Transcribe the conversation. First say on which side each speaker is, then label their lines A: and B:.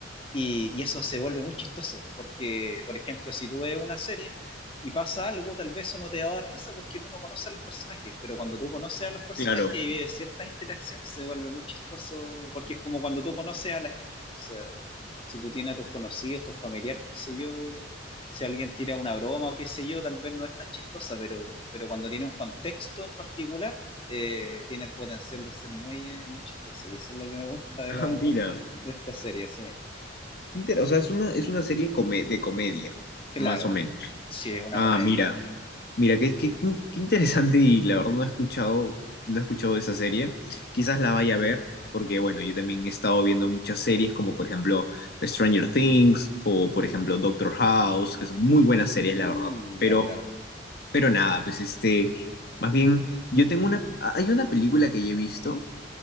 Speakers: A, on the left; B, on the left.
A: y, y eso se vuelve muy chistoso, porque, por ejemplo, si tú ves una serie y pasa algo, tal vez eso no te va a dar risa porque tú no conoces a los personajes, pero cuando tú conoces a los personajes
B: claro.
A: y
B: <laughs>
A: ves ciertas interacciones, se vuelve muy chistoso, porque es como cuando tú conoces a la gente. O sea, si tú tienes a tus conocidos, tus familiares, qué sé yo, si alguien tira una broma o qué sé yo, tal vez no es tan chistosa, pero, pero cuando tiene un contexto en particular, eh, tiene el potencial de ser muy, eh, muy chistoso. Y eso es lo que me gusta de,
B: Ah,
A: la,
B: mira,
A: de esta serie, sí.
B: inter- o sea, es una, es una serie come- de comedia,
A: Claro,
B: más o menos.
A: sí, es una
B: Ah,
A: comedia.
B: mira, mira, qué, qué, qué interesante y la verdad no he escuchado, no he escuchado de esa serie. Quizás la vaya a ver, porque bueno, yo también he estado viendo muchas series como por ejemplo Stranger Things o por
A: Mm,
B: ejemplo Doctor House, que son muy buenas series,
A: mm,
B: la verdad. Pero,
A: ya, claro.
B: pero nada, pues este, más bien, yo tengo una, hay una película que yo he visto